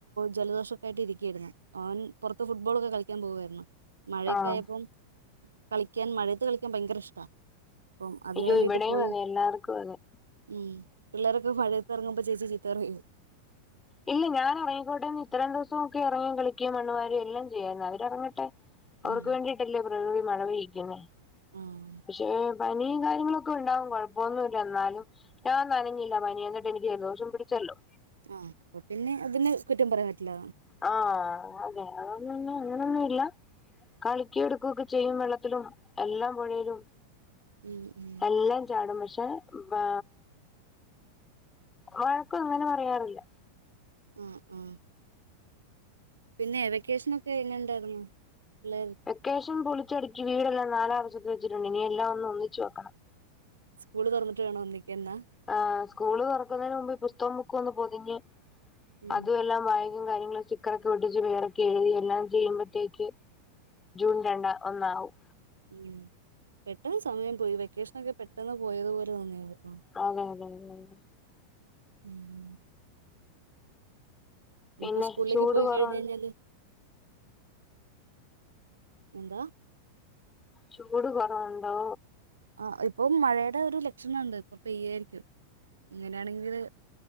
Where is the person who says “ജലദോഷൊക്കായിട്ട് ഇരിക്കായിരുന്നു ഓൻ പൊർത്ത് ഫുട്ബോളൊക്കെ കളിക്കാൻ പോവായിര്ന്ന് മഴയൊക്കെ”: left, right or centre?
Right